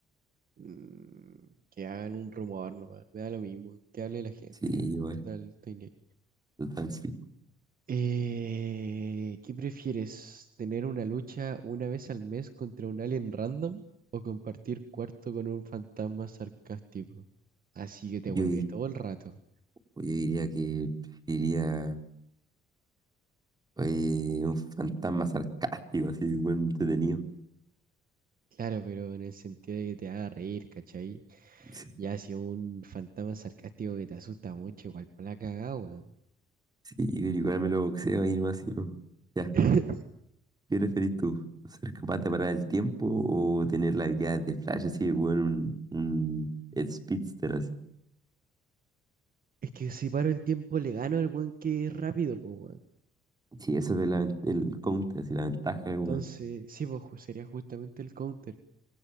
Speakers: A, on the right; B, on the right.
A: Mm, que hagan un rumor nomás. Me da lo mismo. Que hable la gente.
B: Sí, igual,
A: Total, estoy ni ahí.
B: total, sí.
A: Eh, ¿qué prefieres? ¿Tener una lucha una vez al mes contra un alien random o compartir cuarto con un fantasma sarcástico? Así que te hueve
B: Yo,
A: todo el rato.
B: Yo diría que preferiría eh, un fantasma sarcástico, así, buen entretenido.
A: Claro, pero en el sentido de que te haga reír, ¿cachai?
B: Sí,
A: Ya si un fantasma sarcástico que te asusta mucho, igual por la cagada, weón.
B: sí, yo creo que igual me lo boxeo ahí nomás, y no. Ya,
A: <laughs>
B: ¿qué preferís tú? ¿Ser capaz de parar el tiempo o tener la habilidad de Flash así de bueno, un, un Speedster así?
A: Es que si paro el tiempo le gano al weón que es rápido, pues weón.
B: Sí, eso es la ven- el counter, así, la ventaja
A: Entonces,
B: de weón.
A: sí, pues ju- sería justamente el counter.